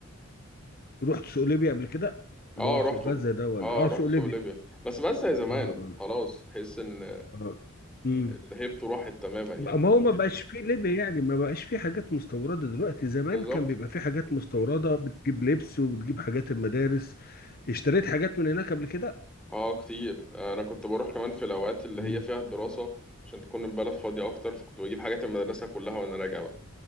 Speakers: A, on the left (about 45°); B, in the centre.
A: رحت سوق ليبيا قبل كده اللي
B: اه
A: هو
B: روحته
A: سوق غزة ده ولا
B: اه
A: اه
B: رحت
A: سوق ليبيا
B: سوق ليبيا بس بس زي زمان
A: اه اه
B: خلاص تحس إن
A: اه امم
B: الهيبت راحت تماما يعني
A: ما هو ما بقاش فيه ليبيا يعني ما بقاش فيه حاجات مستوردة دلوقتي زمان
B: بالظبط
A: كان بيبقى فيه حاجات مستوردة بتجيب لبس وبتجيب حاجات المدارس اشتريت حاجات من هناك قبل كده
B: اه كتير آه، انا كنت بروح كمان في الاوقات اللي
A: مم.
B: هي فيها الدراسه عشان تكون البلد فاضيه اكتر فكنت بجيب حاجات المدرسه كلها وانا راجع بقى